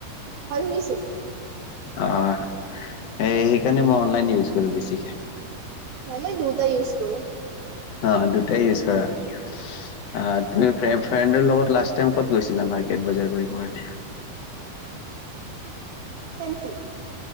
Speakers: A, on the right; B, on the left.
A: হয় শুনিছো
B: অহ সেইকাৰণে মই অনলাইন ইউজ কৰো বেছিকে
A: হয় মই দুুয়োটা ইউজ কৰো
B: অ দুটাই ইউজ কৰা আৰু তুমি ফ্ৰেণ্ডৰ লগত লাষ্ট টাইম ক'ত গৈছিলা মাৰ্কেট বজাৰ কৰিবৰ কাৰণে
A: ফ্ৰেনঞ্চি